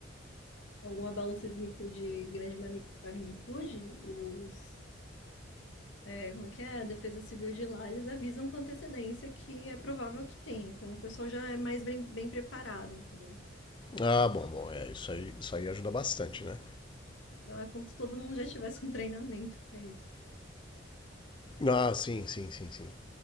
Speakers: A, on the left; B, on the left.
A: algum abalo sísmico de grande mani- magnitude, os, é, como é que é? A Defesa Civil de lá, eles avisam com antecedência que é provável que tenha. Então o pessoal já é mais bem, bem preparado, entendeu?
B: Ah, bom, bom, é, isso aí, isso aí ajuda bastante, né?
A: Não é como se todo mundo já tivesse um treinamento pra isso.
B: Ah, sim, sim, sim, sim.